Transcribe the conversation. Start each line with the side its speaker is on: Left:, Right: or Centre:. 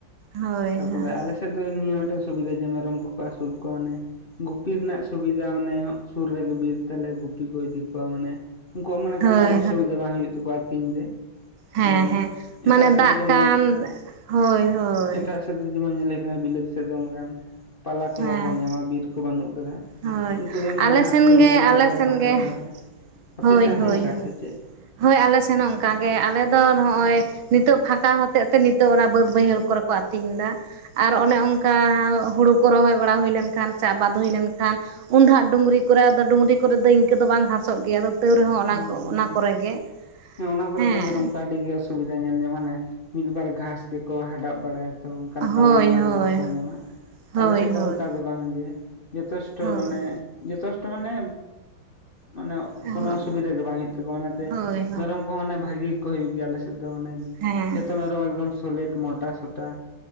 Right: ᱦᱳᱭ
Left: ᱛᱟᱨᱯᱚᱨᱮ
Right: ᱦᱳᱭ
Left: ᱟᱞᱮ ᱥᱮᱜ ᱫᱚ ᱱᱤᱭᱟᱹ ᱴᱤᱜᱴᱮᱜ ᱥᱩᱵᱤᱫᱟ ᱡᱮ ᱢᱮᱨᱚᱢ ᱠᱚᱠᱚ ᱟᱥᱩᱞ ᱠᱚᱣᱟ ᱢᱟᱱᱮ ᱜᱩᱯᱤ ᱨᱮᱱᱟᱜ ᱥᱩᱵᱤᱫᱟ ᱢᱟᱱᱮ ᱥᱩᱨ ᱨᱮᱜᱮ ᱵᱤᱨ ᱛᱟᱞᱮ ᱜᱩᱯᱤ ᱠᱚ ᱤᱫᱤ ᱠᱚᱣᱟ ᱢᱟᱱᱮ ᱩᱱᱠᱩᱣᱟᱜ ᱢᱟᱱᱮ
Right: ᱦᱳᱭ
Left: ᱠᱳᱱᱳ ᱚᱥᱩᱵᱤᱫᱟ ᱵᱟᱝ ᱦᱩᱭᱩᱜ ᱛᱟᱠᱚᱣᱟ ᱟᱛᱤᱧ ᱨᱮ᱾
Right: ᱦᱮᱸᱻ
Left: ᱡᱮ
Right: ᱦᱮᱸᱻ ᱢᱟᱱᱮ
Left: ᱮᱴᱟᱜ ᱥᱮᱫ
Right: ᱫᱟᱜ
Left: ᱫᱚ ᱡᱮᱢᱚᱱ
Right: ᱠᱟᱱ ᱦᱳᱭᱻ ᱦᱳᱭ᱾
Left: ᱮᱴᱟᱜ ᱥᱮᱫ ᱫᱚ ᱡᱮᱢᱚᱱ ᱧᱮᱞ ᱦᱩᱭᱩᱜ ᱠᱟᱱᱟ ᱵᱤᱞᱟᱹᱛ ᱥᱮᱫ ᱫᱚ ᱚᱱᱠᱟᱱ ᱯᱟᱞᱟ ᱠᱚ
Right: ᱦᱮᱸ
Left: ᱵᱟᱠᱚ ᱧᱟᱢᱟ ᱵᱤᱨ ᱠᱚ ᱵᱟᱱᱩᱜ ᱠᱟᱫᱟ᱾
Right: ᱦᱳᱭ
Left: ᱩᱱᱠᱩ ᱜᱮ ᱚᱱᱟ
Right: ᱟᱞᱮ
Left: ᱜᱷᱟᱸᱥ
Right: ᱥᱮᱱ
Left: ᱠᱚᱜᱮ
Right: ᱜᱮ
Left: ᱠᱚ ᱢᱤᱫ
Right: ᱟᱞᱮ
Left: ᱵᱟᱨ
Right: ᱥᱮᱱ
Left: ᱠᱚ ᱦᱟᱰᱟᱵ
Right: ᱜᱮ
Left: ᱵᱟᱲᱟᱭᱟ
Right: ᱦᱳᱭ
Left: ᱟᱯᱮ ᱥᱮᱜ
Right: ᱦᱳᱭ
Left: ᱦᱚᱸ ᱚᱝᱠᱟ
Right: ᱦᱳᱭ
Left: ᱥᱮ ᱪᱮᱫ?
Right: ᱦᱳᱭ ᱟᱞᱮ ᱥᱮᱱ ᱦᱚᱸ ᱚᱱᱠᱟ ᱜᱮ ᱟᱞᱮ ᱫᱚ ᱱᱚᱜ-ᱚᱭ ᱱᱤᱛᱚᱜ ᱯᱷᱟᱸᱠᱟ ᱦᱚᱛᱮᱜ ᱛᱮ ᱱᱤᱛᱚᱜ ᱚᱱᱟ ᱵᱟᱹᱫᱽ ᱵᱟᱹᱭᱦᱟᱹᱲ ᱠᱚᱨᱮ ᱠᱚ ᱟᱛᱤᱧ ᱫᱟ᱾ ᱟᱨ ᱚᱱᱮ ᱚᱱᱠᱟ ᱦᱩᱲᱩ ᱠᱚ ᱨᱚᱦᱚᱭ ᱵᱟᱲᱟ ᱦᱩᱭ ᱞᱮᱱᱠᱷᱟᱱ ᱥᱮ ᱟᱵᱟᱫᱽ ᱦᱩᱭ ᱞᱮᱱ‌ ᱠᱷᱟᱱ ᱩᱱ ᱫᱚ ᱦᱟᱸᱜ ᱰᱩᱝᱜᱽᱨᱤ ᱠᱚᱨᱮ, ᱟᱫᱚ ᱰᱩᱝᱨᱤ ᱠᱚᱨᱮ ᱫᱚ ᱤᱱᱠᱟᱹ ᱫᱚ ᱵᱟᱝ ᱜᱷᱟᱸᱥᱚᱜ ᱜᱮᱭᱟ ᱟᱫᱚ ᱛᱟᱹᱣ ᱨᱮᱦᱚᱸ
Left: ᱩᱸ
Right: ᱚᱱᱟ
Left: ᱦᱩᱸᱻ
Right: ᱠᱚ
Left: ᱦᱩᱸᱻ
Right: ᱚᱱᱟ
Left: ᱦᱩᱸᱻ
Right: ᱠᱚᱨᱮ ᱜᱮ
Left: ᱦᱮᱸ ᱚᱱᱟ ᱠᱚᱨᱮ
Right: ᱦᱮᱸ
Left: ᱫᱚ ᱢᱮᱨᱚᱢ ᱠᱚ ᱟᱰᱤ ᱜᱮ ᱟᱥᱩ ᱥᱩᱵᱤᱫᱟ ᱧᱮᱞ ᱧᱟᱢᱚᱜ-ᱟ ᱦᱟᱱᱮ ᱢᱤᱫ ᱵᱟᱨ ᱜᱷᱟᱸᱥ ᱜᱮᱠᱚ ᱦᱟᱰᱟᱵ ᱵᱟᱲᱟᱭᱟ᱾ ᱛᱚ ᱚᱱᱠᱟᱱ
Right: ᱦᱳᱭ
Left: ᱯᱟᱞᱟ ᱢᱟᱞᱟ
Right: ᱦᱳᱭ
Left: ᱠᱚᱫᱚ ᱵᱟᱠᱚ ᱧᱟᱢᱟ
Right: ᱦᱳᱭ
Left: ᱟᱞᱮ ᱥᱮᱫ
Right: ᱦᱳᱭ
Left: ᱫᱚ ᱚᱱᱠᱟ ᱫᱚ ᱵᱟᱝ ᱡᱮ ᱡᱚᱛᱷᱮᱥᱴᱚ
Right: ᱦᱳᱭ
Left: ᱢᱟᱱᱮ, ᱡᱚᱛᱷᱮᱥᱴᱚ ᱢᱟᱱᱮ, ᱢᱟᱱᱮ
Right: ᱦᱳᱭ
Left: ᱠᱳᱱᱳ ᱚᱥᱩᱵᱤᱫᱷᱟ ᱜᱮ ᱵᱟᱝ ᱦᱩᱭᱩᱜ ᱛᱟᱠᱚᱣᱟ, ᱚᱱᱟ ᱛᱮ
Right: ᱦᱳᱭ
Left: ᱢᱮᱨᱚᱢ ᱠᱚᱦᱚᱸ ᱢᱟᱱᱮ ᱵᱷᱟᱜᱤ ᱜᱮ ᱠᱚ ᱦᱩᱭᱩᱜ ᱜᱮᱭᱟ ᱟᱞᱮ ᱥᱮᱫ ᱫᱚ ᱢᱟᱱᱮ
Right: ᱦᱮᱸ
Left: ᱡᱷᱚᱛᱚ ᱢᱮᱨᱚᱢ ᱮᱠᱫᱚᱢ ᱥᱚᱞᱤᱴ ᱢᱚᱴᱟ ᱥᱚᱴᱟ